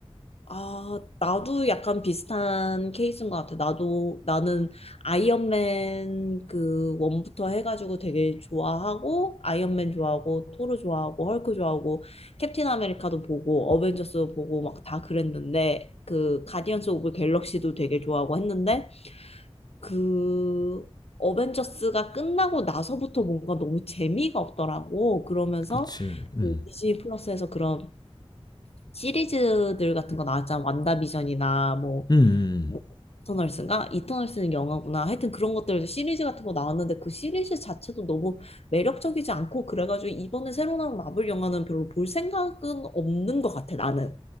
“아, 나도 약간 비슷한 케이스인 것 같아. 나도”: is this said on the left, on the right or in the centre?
Left